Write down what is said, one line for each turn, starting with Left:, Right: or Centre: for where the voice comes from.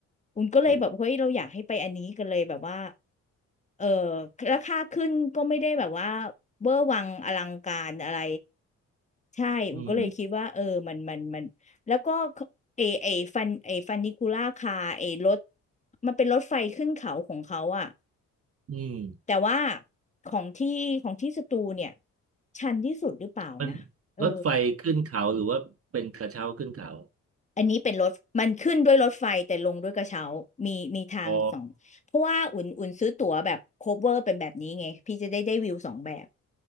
Left: คุณก็เลยแบบเฮ้ยเราอยากให้ไปอันนี้กันเลยแบบว่า
Right: โอ้
Left: เออราคาขึ้นก็ไม่ได้แบบว่าเวอร์วังอลังการอะไรใช่ผมก็เลยคิดว่าเออมันมันมัน
Right: อืม
Left: แล้วก็เอเอฟันเอฟันนิคูล่าคาเอรถมันเป็นรถไฟขึ้นเขาของเขาอะ
Right: อืม
Left: แต่ว่าของที่ของที่สตูเนี่ยชันที่สุดหรือเปล่านะเออ
Right: มันรถไฟขึ้นเขาหรือว่าเป็นกระเช้าขึ้นเขา
Left: อันนี้เป็นรถมันขึ้นด้วยรถไฟแต่ลงด้วยกระเช้ามีมีทางสองเพราะว่าอุ่นอุ่นซื้อตั๋วแบบโคเวอร์เป็นแบบนี้ไงพี่จะได้ได้วิวสองแบบ
Right: อ๋อ